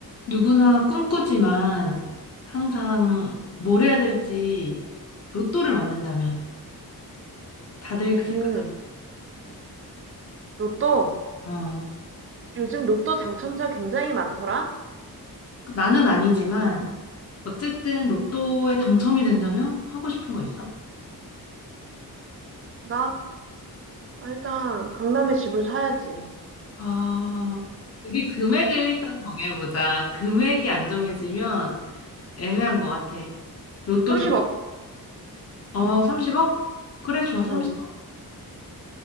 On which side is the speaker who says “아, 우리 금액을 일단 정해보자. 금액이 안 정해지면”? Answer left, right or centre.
Left